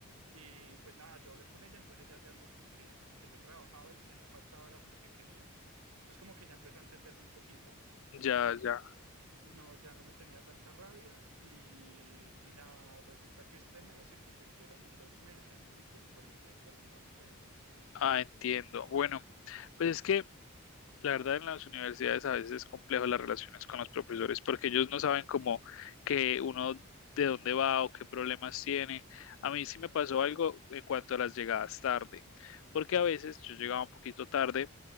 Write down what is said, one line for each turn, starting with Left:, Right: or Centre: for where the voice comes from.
Right: Y pues nada, yo hablé con ella, entonces ella ya vio como que, que yo trabajaba y que no faltaba era porque quería. Entonces como que ya empezó a entenderme un poquito.
Left: Ya,
Right: Entonces como
Left: ya.
Right: no, ya no me tenía tanta rabia y, y nada, resulta que este mes se convirtieron en dos meses y pues por ende perdí la materia.
Left: Ah, entiendo. Bueno, pues es que La verdad, en las universidades a veces es complejo las relaciones con los profesores porque ellos no saben cómo que uno de dónde va o qué problemas tiene. A mí sí me pasó
Right: Ajá.
Left: algo en cuanto a las llegadas tarde, porque a veces yo llegaba un poquito tarde